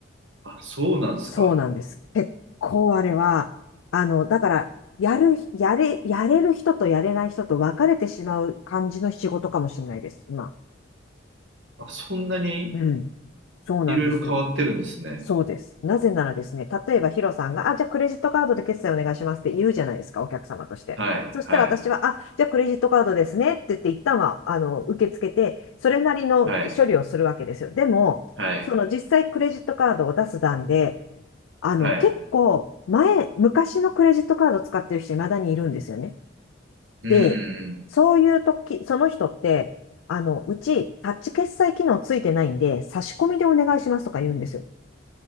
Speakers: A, on the right; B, on the left.
A: あ、そうなんですか。
B: そうなんです。結構あれは、あの、だから、やる、やれ、やれる人とやれない人と分かれてしまう感じの仕事かもしれないです、今。
A: あ、そんなに
B: うん。そうなんですよ。
A: いろいろ変わってるんですね。
B: そうです。なぜならですね、例えばヒロさんが、あ、じゃあクレジットカードで決済お願いしますって言うじゃないですか、お客様として。
A: はい。
B: そしたら私は、
A: はい。
B: あ、じゃあクレジットカードですねって言って、一旦は、あの、受け付けて、それなりの処理をするわけですよ。
A: はい。
B: でも、
A: はい。
B: その実際クレジットカードを出す段で、あの、
A: はい。
B: 結構、前、昔のクレジットカード使ってる人、未だにいるんですよね。
A: うん、
B: で、
A: うんうん。
B: そういう時、その人って、あの、うち、タッチ決済機能ついてないんで、差し込みでお願いしますとか言うんですよ。